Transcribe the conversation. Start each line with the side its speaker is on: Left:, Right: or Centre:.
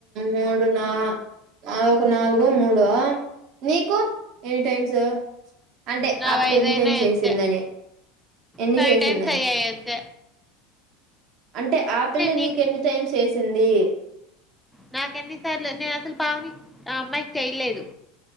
Right: మూడు నాలు ఆ ఒక నాలుగో మూడు ఆహ్ నీకు ఎనీ టైమ్స్ అంటే
Centre: నావి
Right: ఆపలే
Centre: ఐదైనా
Right: ఎ నిజైం చేసిందని
Centre: అంతే
Right: ఎన్ని
Centre: ఫైవ్
Right: చేసిందని
Centre: టైమ్స్ అయ్యాయి అంత
Right: అంటే ఆ పిల్ల
Centre: నీకు
Right: నీకెన్ని టైమ్స్ వేసింది
Centre: నాకీ ఎన్నిసార్లు నేను అసలు పావని ఆ అమ్మాయికి చెయలేదు